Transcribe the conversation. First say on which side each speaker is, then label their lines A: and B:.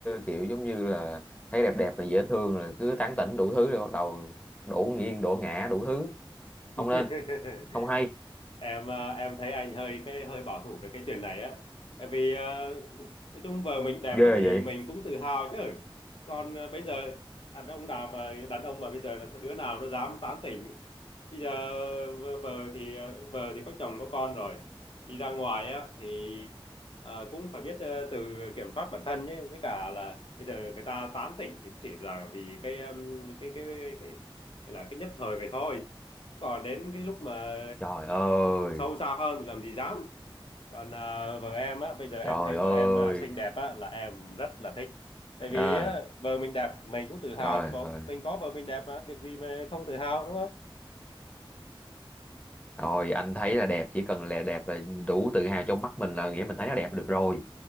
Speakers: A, on the left; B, on the left.
A: kiểu giống như là thấy đẹp đẹp và dễ thương rồi cứ tán tỉnh đủ thứ rồi bắt đầu đổ nghiêng đổ ngã đủ thứ
B: <laughs>
A: không nên không hay
B: em ờ, em thấy anh hơi cái hơi bảo thủ về cái chuyện này á Tại vì ờ, nói chung vợ mình đẹp
A: ghê
B: á thì
A: vậy
B: mình cũng tự hào chứ còn ờ, bây giờ đàn ông nào mà đàn ông mà bây giờ là đứa nào nó dám tán tỉnh bây giờ vợ thì ờ, vợ thì có chồng có con rồi đi ra ngoài á thì ờ, cũng phải biết ờ, tự kiểm soát bản thân nhé, với cả là bây giờ người ta tán tỉnh thì chỉ là vì cái um, cái cái cái, cái gọi là cái nhất thời vậy thôi còn đến cái lúc mà
A: trời ơi
B: sâu xa hơn thì làm gì dám còn à, vợ em á bây giờ
A: trời
B: em thấy
A: ơi
B: vợ em à, xinh đẹp á là em rất là thích tại vì
A: à,
B: á vợ mình đẹp mình cũng tự hào
A: trời
B: chứ bộ
A: ơi
B: mình có vợ mình đẹp mà việc gì mà không tự hào đúng không
A: rồi anh thấy là đẹp chỉ cần là đẹp là đủ tự hào trong mắt mình là nghĩa mình thấy nó đẹp được rồi